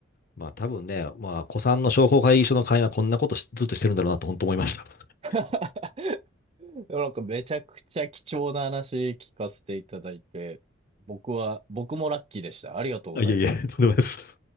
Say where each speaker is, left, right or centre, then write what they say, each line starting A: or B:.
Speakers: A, on the left (about 45°); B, on the right (about 30°).
A: まあ多分ね、まあ、古参の商工会議所の会員はこんなことしずっとしてるんだろうなと本当思いました。<laughs>
B: <laughs> でもなんかめちゃくちゃ貴重な話聞かせていただいて、僕は、僕もラッキーでした。ありがとうございます。
A: あ、いえいえ、とんでもないです。